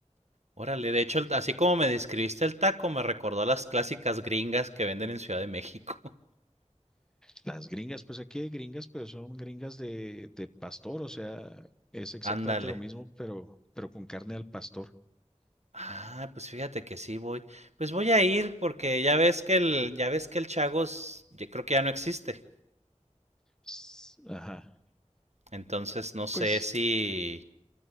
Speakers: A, on the right (about 65°); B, in the centre.
A: Órale, de hecho, el- así como me describiste el taco, me recordó a las clásicas gringas que venden en Ciudad de México. <laughs>
B: Las gringas, pues aquí hay gringas, pero son gringas de, de pastor, o sea, es exactamente
A: Ándale.
B: lo mismo, pero, pero con carne al pastor.
A: Ah, pues fíjate que sí voy. Pues voy a ir porque ya ves que el, ya ves que el Chagos, yo creo que ya no existe.
B: S- Ajá.
A: Entonces no sé
B: Pues
A: si...